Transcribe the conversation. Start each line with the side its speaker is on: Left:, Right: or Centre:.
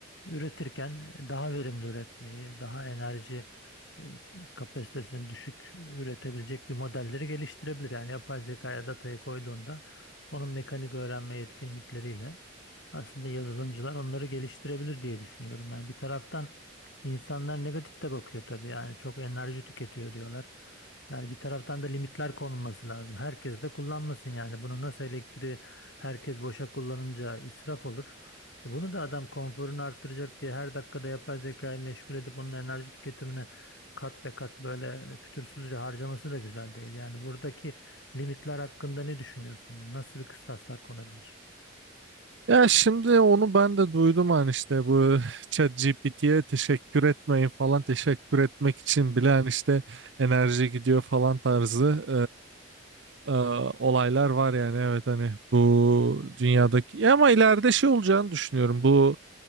Left: üretirken daha verimli üretmeyi, daha enerji e, kapasitesini düşük üretebilecek bir modelleri geliştirebilir. Yani yapay zekaya datayı koyduğunda onun mekanik öğrenme yetkinlikleriyle aslında yazılımcılar onları geliştirebilir diye düşünüyorum. Yani bir taraftan insanlar negatif de bakıyor tabii. Yani çok enerji tüketiyor diyorlar. Yani bir taraftan da limitler konulması lazım. Herkes de kullanmasın yani. Bunu nasıl elektriği herkes boşa kullanınca israf olur. E bunu da adam konforunu arttıracak diye her dakikada yapay zekayı meşgul edip onun enerji tüketimini kat be kat böyle fütursuzca harcaması da güzel değil. Yani buradaki limitler hakkında ne düşünüyorsun? Nasıl bir kıstaslar konabilir?
Right: Ya şimdi onu ben de duydum hani işte bu <laughs> ChatGPT'ye teşekkür etmeyin falan teşekkür etmek için bile hani işte enerji gidiyor falan tarzı e, olaylar var yani evet hani bu dünyadaki Ya ama ileride şey olacağını düşünüyorum bu